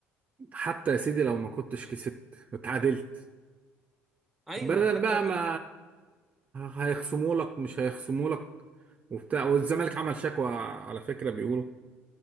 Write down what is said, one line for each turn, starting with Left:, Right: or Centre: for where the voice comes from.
Right: حتى يا سيدي لو ما كنتش كسبت اتعادلت
Centre: ايوه
Right: بدل
Centre: حتى
Right: بقى
Centre: لو كنا
Right: ما هيخصموا لك مش هيخصموا لك وبتاع والزمالك عمل شكوى على فكرة بيقولوا